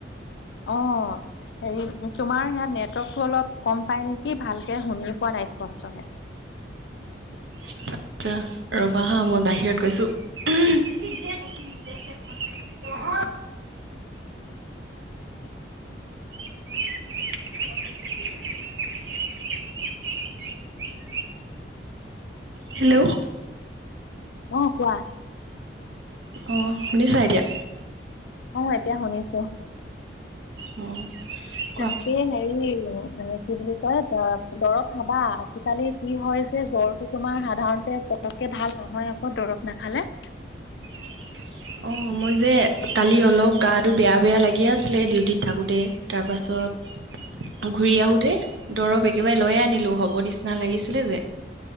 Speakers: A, on the left; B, on the right.
A: অ হেৰি তোমাৰ ইয়াত নেটৱৰ্কতটো অলপ কম পাই নেকি ভালকে শুনি পোৱা নাই। নাহে স্পষ্টকে।
B: আচ্ছা ৰবা হা মই বাহিৰত গৈছো। সেইজে কৈছো। অ। <unintelligible> <unintelligible> হেল্ল'।
A: অ কোৱা।
B: অ শুনিছা এতিয়া?
A: অ এতিয়া শুনিছো।
B: অ। কোৱা।
A: ৰাতিএ হেৰি এ। কি বুলি কয় দৰৱ খাবা আজিকালি কি হৈছে জ্বৰটো তোমাৰ সাধাৰণতে পটকে ভাল নহয় আকৌ দৰৱ নাখালে।
B: <unintelligible> অ মই যে কালি অলপ গাটো বেয়া-বেয়া লাগিয়ে আছিলে ডিউটিত থাকোঁতে তাৰপাছত ঘূৰি আহোতে দৰৱ একেবাৰে লৈ আনিলো হব নিচিনা লাগিছিলে যে।